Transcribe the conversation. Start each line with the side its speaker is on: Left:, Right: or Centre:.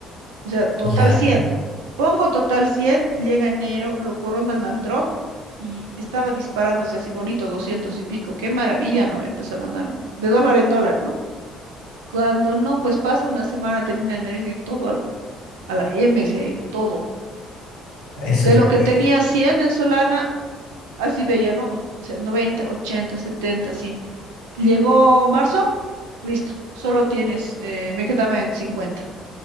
Right: O sea, total
Left: ya,
Right: Ala. 100. Pongo total 100, llega enero, lo coronan al Trump y estaba disparándose así bonito, 200 y pico. Qué maravilla, ¿no? Empezó a ganar un- de dólar en dólar, ¿no? Cuando no, pues pasa una semana, termina enero y todo al- a la M se ha ido, todo.
Left: eso
Right: De
Left: es
Right: lo
Left: bueno,
Right: que tenía 100 en Solana, así veía, ¿no? Och- 90, 80, 70, así. Llegó marzo, listo, solo tienes, eh, me quedaba en 50.